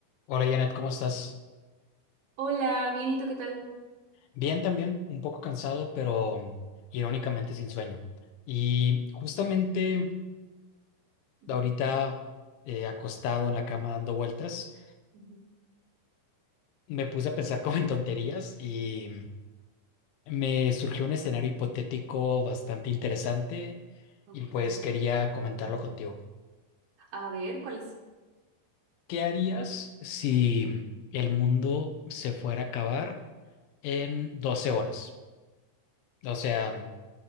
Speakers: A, on the left (about 80°); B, on the right (about 60°).
A: Hola Janet, ¿cómo estás?
B: Hola, bien, ¿y tú qué tal?
A: Bien también, un poco cansado, pero mm, irónicamente sin sueño. Y justamente
B: Ujú,
A: ahorita eh, acostado en la cama dando vueltas,
B: ujú.
A: me puse a pensar <laughs> como en tonterías y mm, me surgió un escenario hipotético bastante interesante
B: Ok,
A: y pues quería comentarlo contigo.
B: a ver, ¿cuál es?
A: ¿Qué harías si mm, el mundo se fuera a acabar en 12 horas? O sea, mm,